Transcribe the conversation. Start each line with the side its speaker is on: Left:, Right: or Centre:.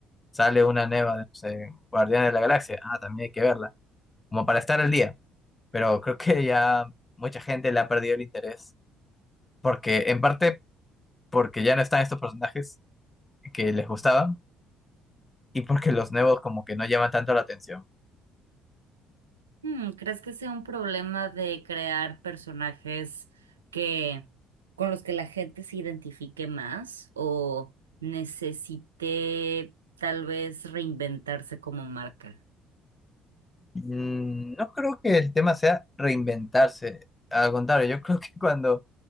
Left: Sale una nueva de no sé, Guardianes de la Galaxia. Ah, también hay que verla. Como para estar al día. Pero creo que ya mucha gente le ha perdido el interés. Porque, en parte, porque ya no están estos personajes que les gustaban. Y porque los nuevos como que no llaman tanto la atención.
Right: Hmm, ¿crees que sea un problema de crear personajes que con los que la gente se identifique más o necesite tal vez reinventarse como marca?
Left: Mm, No creo que el tema sea reinventarse. Al contrario, yo creo que cuando